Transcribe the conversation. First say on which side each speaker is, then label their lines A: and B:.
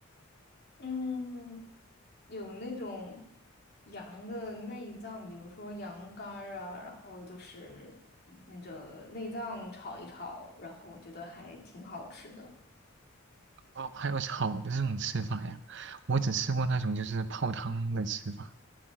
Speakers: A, on the left; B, on the right.
A: 嗯，有那种羊的内脏，比如说羊肝儿啊，然后就是那个内脏炒一炒，然后我觉得还挺好吃的。
B: 哦，还有炒的这种吃法呀？我只吃过那种就是泡汤的吃法。